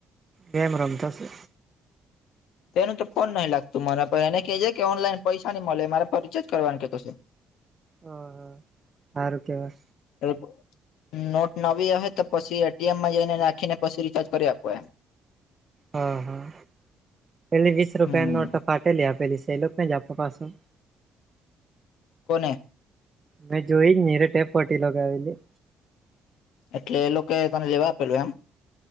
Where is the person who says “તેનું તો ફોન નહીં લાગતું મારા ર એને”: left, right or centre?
Left